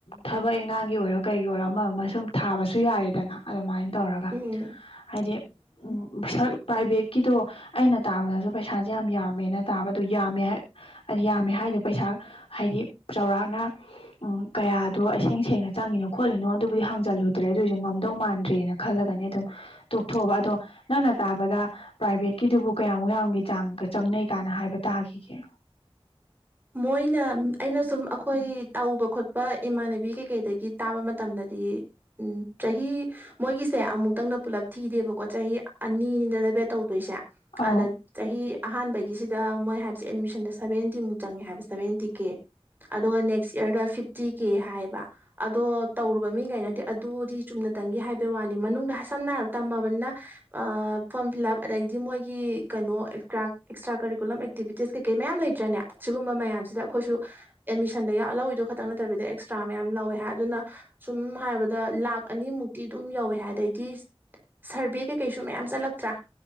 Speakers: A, on the left (about 70°); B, on the right (about 20°).
A: ꯊꯕꯛ ꯏꯟꯈꯥꯡꯒꯤ ꯑꯣꯏꯔꯣ ꯀꯩꯒꯤ ꯑꯣꯏꯔꯣ ꯑꯃ ꯑꯃ ꯁꯨꯝ ꯊꯥꯕꯁꯨ ꯌꯥꯔꯦꯗꯅ ꯑꯗꯨꯃꯥꯏꯅ ꯇꯧꯔꯒ
B: ꯎꯝ
A: ꯍꯥꯏꯗꯤ ꯎꯝ ꯄ꯭ꯔꯥꯏꯚꯦꯠꯀꯤꯗꯣ ꯑꯩꯅ ꯇꯥꯕꯗꯁꯨ ꯄꯩꯁꯥꯖꯦ ꯌꯥꯝ ꯌꯥꯝꯃꯦꯅ ꯇꯥꯕ ꯑꯗꯣ ꯌꯥꯝꯃꯦꯍꯦ ꯌꯥꯝꯃꯦ ꯍꯥꯏꯗꯣ ꯄꯩꯁꯥ ꯍꯥꯏꯗꯤ ꯆꯥꯎꯔꯥꯛꯅ ꯎꯝ ꯀꯌꯥꯗꯣ ꯏꯁꯦꯡ ꯁꯦꯡꯅ ꯆꯪꯉꯤꯅꯣ ꯈꯣꯠꯂꯤꯅꯣ ꯑꯗꯨꯕꯨꯗꯤ ꯍꯥꯡꯖꯜꯂꯨꯗ꯭ꯔꯦ ꯑꯗꯨꯑꯣꯏꯖꯨ ꯉꯝꯗꯧ ꯃꯥꯟꯗ꯭ꯔꯦꯅ ꯈꯜꯂꯒꯅꯦ ꯑꯗꯨꯝ ꯇꯣꯛꯊꯣꯛꯑꯕ ꯑꯗꯣ ꯅꯪꯅ ꯇꯥꯕꯗ ꯄ꯭ꯔꯥꯏꯚꯦꯠ ꯀꯤꯗꯨꯕꯨ ꯀꯌꯥꯃꯨꯛ ꯌꯥꯝꯒꯤ ꯆꯥꯡꯒ ꯆꯪꯅꯩ ꯀꯥꯏꯅ ꯍꯥꯏꯕ ꯇꯥꯈꯤꯒꯦ
B: ꯃꯣꯏꯅ ꯑꯩꯅ ꯁꯨꯝ ꯑꯩꯈꯣꯏ ꯇꯧꯕ ꯈꯣꯠꯄ ꯏꯃꯥꯟꯅꯕꯤ ꯀꯩꯀꯩꯗꯒꯤ ꯇꯥꯕ ꯃꯇꯝꯗꯗꯤ ꯎꯝ ꯆꯍꯤ ꯃꯣꯏꯒꯤꯁꯦ ꯑꯃꯨꯛꯇꯪꯗ ꯄꯨꯂꯞ ꯊꯤꯗꯦꯕꯀꯣ ꯆꯍꯤ ꯑꯅꯤꯅꯤꯗꯅ ꯕꯦꯠ ꯇꯧꯗꯣꯏꯁꯦ
A: ꯑꯧ
B: ꯑꯗ ꯆꯍꯤ ꯑꯍꯥꯟꯕꯒꯤꯁꯤ ꯗ ꯃꯣꯏ ꯍꯥꯏꯕꯁꯦ ꯑꯦꯠꯃꯤꯁꯟꯗ ꯁꯦꯚꯦꯟꯇꯤꯃꯨꯛ ꯆꯪꯉꯦ ꯍꯥꯏꯕ ꯁꯦꯚꯦꯟꯇꯤ ꯀꯦ ꯑꯗꯨꯒ ꯅꯦꯛꯁ ꯏꯌꯔꯗ ꯐꯤꯞ ꯇꯤ ꯀꯦ ꯍꯥꯏꯌꯦꯕ ꯑꯗꯣ ꯇꯧꯔꯨꯕ ꯃꯤꯒꯩꯅꯗꯤ ꯑꯗꯨꯗꯤ ꯆꯨꯝꯅ ꯇꯪꯒꯦ ꯍꯥꯏꯕꯩ ꯋꯥꯅꯤ ꯃꯅꯨꯡꯗ ꯁꯝꯅ ꯍꯥꯏꯔꯕꯗ ꯇꯝꯃꯕꯅꯤꯅ ꯑ ꯐꯣꯝ ꯐꯤꯂꯞ ꯃꯣꯏꯒꯤ ꯀꯩꯅꯣ ꯑꯦꯛꯀ꯭ꯔꯥ ꯑꯦꯛꯁꯇ꯭ꯔꯥ ꯀꯔꯤꯀꯨꯂꯝ ꯑꯦꯛꯇꯤꯕꯤꯇꯤꯁ ꯀꯩꯀꯩ ꯃꯌꯥꯝ ꯂꯩꯇ꯭ꯔꯥꯅꯦ ꯁꯤꯒꯨꯝꯕ ꯃꯌꯥꯝꯁꯤꯗ ꯑꯩꯈꯣꯏꯁꯨ ꯑꯦꯠꯃꯤꯁꯟꯗ ꯂꯧꯏꯗꯣ ꯈꯛꯇꯪ ꯅꯠꯇꯕꯤꯗ ꯑꯦꯛꯁꯇ꯭ꯔꯥ ꯃꯌꯥꯝ ꯂꯧꯏ ꯍꯥꯏ ꯑꯗꯨꯅ ꯁꯨꯝ ꯍꯥꯏꯕꯗ ꯂꯥꯛ ꯑꯅꯤꯃꯨꯛꯇꯤ ꯑꯗꯨꯝ ꯌꯧꯋꯦ ꯍꯥꯏ ꯑꯗꯩꯗꯤ ꯁꯔꯚꯦ ꯀꯩ ꯀꯩꯁꯨ ꯃꯌꯥꯝ ꯆꯠꯂꯛꯇ꯭ꯔꯥ